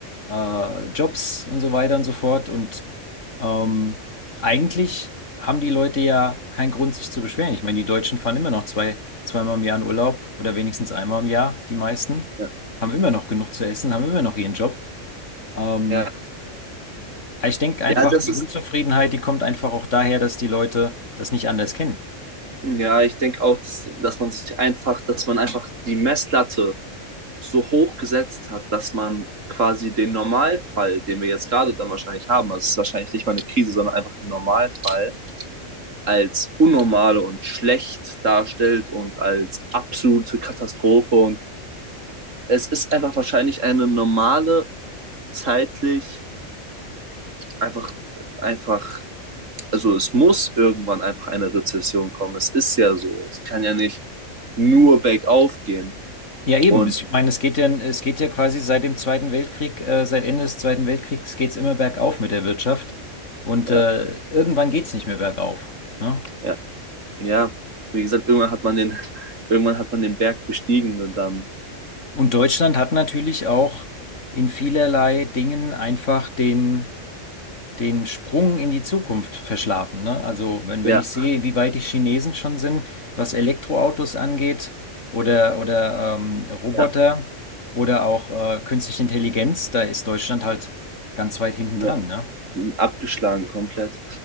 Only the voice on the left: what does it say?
äh, Jobs und so weiter und so fort. Und ähm, eigentlich haben die Leute ja keinen Grund, sich zu beschweren. Ich meine, die Deutschen fahren immer noch zwei, zweimal im Jahr in Urlaub oder wenigstens einmal im Jahr, die meisten,
haben immer noch genug zu essen, haben immer noch ihren Job. Ähm,
aber ich denke einfach,
die
Unzufriedenheit, die kommt einfach auch daher, dass die Leute das nicht anders kennen.
Ja, eben.
Ich meine, es geht ja, es geht ja quasi seit dem Zweiten Weltkrieg, äh, seit Ende des Zweiten Weltkriegs geht's immer bergauf mit der Wirtschaft. Und
äh, irgendwann geht's nicht mehr bergauf. Ne?
Und Deutschland hat natürlich auch in vielerlei Dingen einfach den, den Sprung in die Zukunft verschlafen. Ne? Also wenn,
wenn ich sehe, wie weit die Chinesen schon sind, was Elektroautos angeht oder, oder ähm, Roboter
oder auch äh, künstliche Intelligenz, da ist Deutschland halt ganz weit hinten
dran, ne?